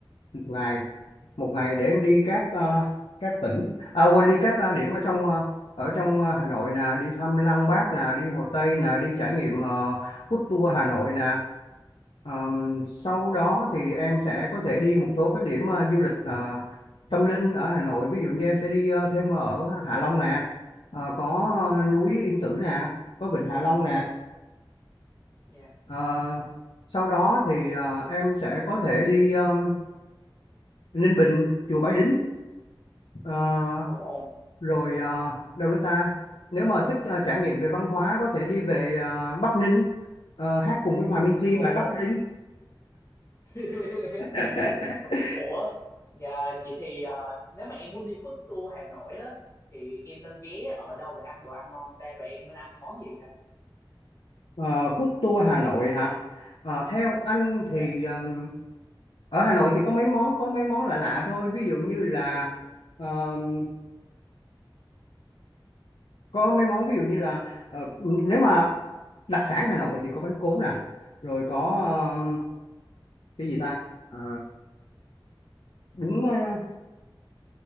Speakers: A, on the left; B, on the left.
A: một ngày một ngày để em đi các ờ, các tỉnh à, quên đi các ờ, điểm ở trong ờ, ở trong ờ, Hà Nội nè đi thăm Lăng Bác nè đi Hồ Tây nè đi trải nghiệm ờ,
B: Ừ.
A: food tour Hà Nội nè Ờm, sau
B: Ồ,
A: đó thì em sẽ có thể đi một số các điểm ờ, du lịch ờ, tâm linh ở Hà Nội ví dụ như em sẽ đi ờ, thêm ở Hạ Long nè ờ, có ờ, núi Yên Tử nè có vịnh Hạ Long nè
B: dạ.
A: Ờ, sau đó thì ờ, em sẽ có thể đi ờ, Ninh Bình, chùa Bái Đính, ờ,
B: Ồ,
A: rồi ờ, đâu nữa ta. Nếu mà thích ờ, trải nghiệm về văn hóa có thể đi về ờ, Bắc Ninh, ờ, hát cùng với Hòa Minzy
B: ồ.
A: bài Bắc Ninh,
B: <laughs>
A: <laughs>
B: Ủa, dạ vậy thì à, nếu mà em muốn đi food tour Hà Nội á thì em nên ghé ở đâu để ăn đồ ăn ngon ta vậy em nên ăn món gì ta?
A: Ờ, food tour Hà Nội hả? Ờ, theo anh thì
B: Dạ.
A: ờm, ở Hà Nội thì có mấy món có mấy món lạ lạ thôi. Ví dụ như là ờm, có mấy món ví dụ như là ờ, nếu mà đặc sản Hà Nội thì có bánh cốm nè, rồi có ờ,
B: Ồ,
A: cái gì ta Ờ, bún ờ,